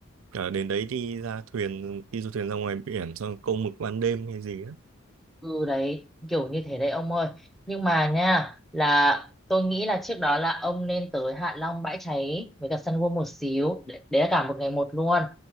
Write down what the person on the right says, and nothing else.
Ở đến đấy đi ra thuyền, đi du thuyền ra ngoài biển xong câu mực ban đêm hay gì á.